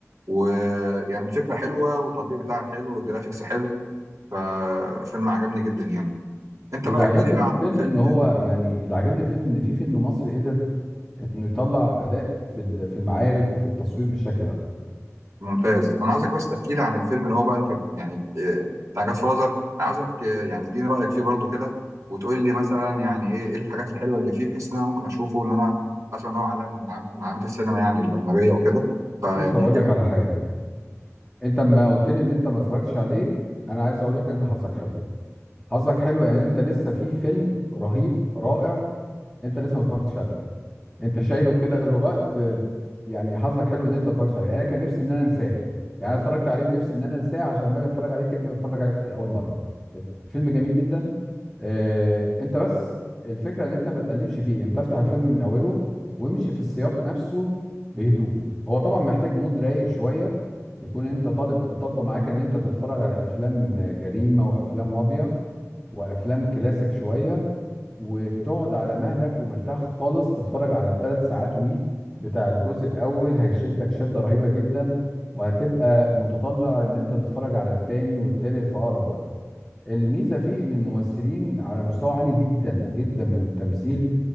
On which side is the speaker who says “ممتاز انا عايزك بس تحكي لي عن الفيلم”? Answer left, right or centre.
Right